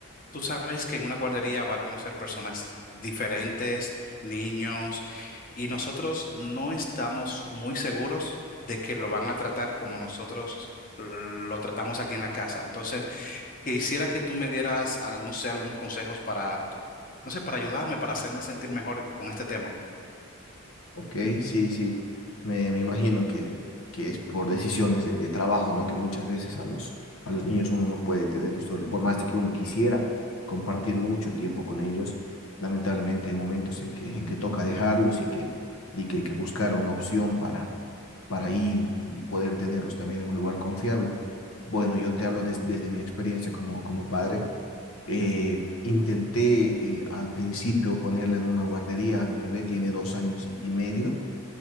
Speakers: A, on the left; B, on the left.
A: tú sabes que en una guardería va a conocer personas diferentes, niños y nosotros no estamos muy seguros de que lo van a tratar como nosotros lo tratamos aquí en la casa. Entonces, quisiera que tú me dieras, ah, no sé, algunos consejos para, no sé, para ayudarme, para hacerme sentir mejor con este tema.
B: Ok, sí, sí, me, me imagino que, que es por decisiones de, de trabajo, ¿no? Que muchas veces a los, a los niños uno no puede tener, sobre- por más de que uno quisiera compartir mucho tiempo con ellos, lamentablemente hay momentos en que, en que toca dejarlos y que, y que hay que buscar una opción para, para ir y, y poder tenerlos también en un lugar confiable. Bueno, yo te hablo des- desde mi experiencia como, como padre Eh, intenté eh, al principio ponerle en una guardería, mi bebé tiene dos años y, y medio,